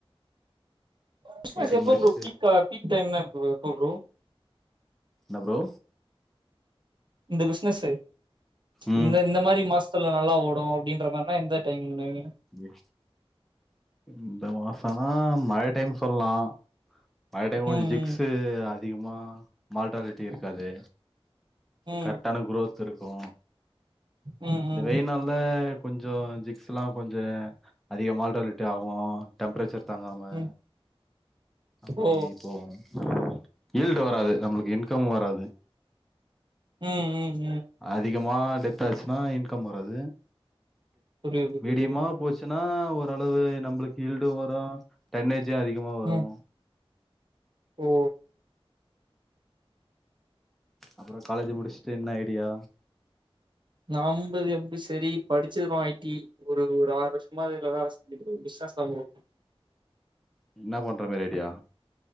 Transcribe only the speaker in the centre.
I T
முடிச்சுட்டு
என்ன ப்ரோ
ம்
எ இந்த மாசோனா மழ டைம் சொல்லலா மழ டைம் கொஞ்சோ
ஜிக்ஸு அதிகமா மார்டாலிட்டி இருக்காது
கரெக்டான குரோத் இருக்கு
இந்த
வெயில் நாள்ல கொஞ்சோ ஜிக்ஸ்லா கொஞ்ச அதிக மார்டாலிட்டி ஆகு டெம்பரேச்சர் தாங்காம
அப்டி
போகு ஈல்டு வராது நம்மளுக்கு இன்கம் வராது
அதிகமா டெத் ஆச்சுன்னா இன்கம் வராது
மீடியமா
போச்சுனா ஓரளவு நம்பளுக்கு ஹீல்டு வரு டன்னேஜு அதிகமா வரு
அப்றோ காலேஜ் முடிச்சுட்டு என்ன ஐடியா
இன்னா பண்ற மாறி ஐடியா